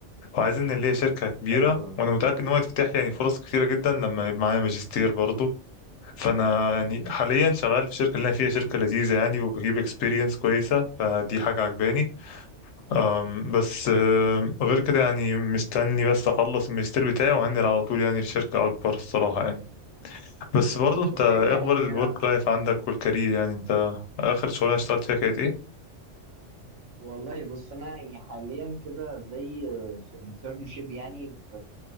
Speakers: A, on the left; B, on the right.
A: وعايزين اللي هي شركه كبيره
B: ايوه
A: وانا متاكد ان هو يتفتح لي يعني فرص كتيره جدا لما يبقى معايا ماجستير برضه فانا يعني حاليا شغال في الشركه اللي انا فيها شركه لذيذه يعني وبجيب اكسبيرينس كويسه فدي حاجه عجباني أم بس آه، غير كده يعني مستني بس اخلص الماجستير بتاعي وهنقل على طول يعني لشركة اكبر الصراحة يعني بس برضه انت
B: اوكي
A: ايه
B: يعني
A: اخبار الورك لايف عندك والكارير يعني انت اخر شغلانة اشتغلت فيها كانت ايه؟
B: والله بص انا يعني حاليا كده زي في انترنشيب يعني في